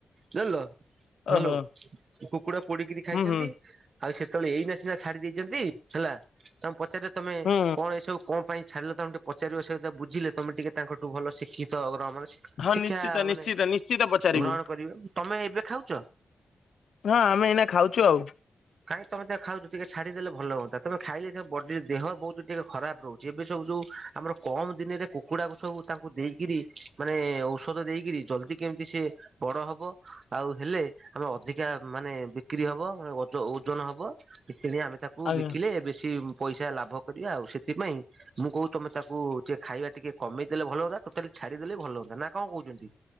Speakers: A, on the right (about 55°); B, on the left (about 80°).
A: ଜାଣିଲ ହାଲୋ,
B: ଓହୋ
A: କୁକୁଡା ପୋଡିକିରି ଖାଇଥାନ୍ତି।
B: ହୁଁ ହୁଁ
A: ଆଉ ସେତେବେଳେ ଏଇନା ସିନା ଛାଡି ଦେଇଛନ୍ତି ହେଲା, ତାଙ୍କୁ ପଚାରିବ ତମେ
B: ହୁଁ
A: କଣ ଏସବୁ କଣ? ସାରିଲ ତମ ଟିକେ ପଚାରିବ ସହିତ ବୁଝିଲେ ତମେ ଟିକେ ତାଙ୍କଠୁ ଭଲ ଶିକ୍ଷିତ <inaudible>
B: ହଁ
A: ଶିକ୍ଷା
B: ନିଶ୍ଚିତ
A: ମାନେ
B: ନିଶ୍ଚିତ ନିଶ୍ଚିତ ପଚାରିବୁ
A: ଗ୍ରହଣ କରିବ ତମେ ଏବେ ଖାଉଛ?
B: ହଁ ଆମେ ଏଇନା ଖାଉଛୁ ଆଉ।
A: କାଇଁ ତମେ ଖାଉଛ ଟିକେ ଛାଡିଦଲେଲ ହୁଅନ୍ତା ତମେ ଖାଇ ବଡି ଦେହ ବହୁତ ଟିକେ ଖରାପ ରହୁଛି ଏବେ ସବୁ ଯଉ ଆମର କମ ଦିନରେ କୁକୁଡାକୁ ସବୁ ତାଙ୍କୁ ଦେଇକରି ମାନେ ଔଷଧ ଦେଇକରି ଜଲଦି କେମିତି ସେ ବଡ ହବ ଆଉ ହେଲେ ଆମେ ଅଧିକା ମାନେ ବିକ୍ରି ହବ ଓଜନ ହବ କିଣ ଆମେ ତାକୁ
B: ଆଜ୍ଞା
A: ବିକିଲେ ବେଶି ପଇସା ଲାଭ କରିବା ଆଉ ସେଥିପାଇଁ ମୁଁ କହୁ ତମେ ତାକୁ ଟିଏ ଖାଇବା ଟିକେ କମେଇ ଦେେଲେ ଭଲ ହୁଅନ୍ତା ଟୋଟାଲି ଛାଡିଦେଲେ ବି ଭଲ ହୁନ୍ତା ନା କଣ କହୁଛନ୍ତି?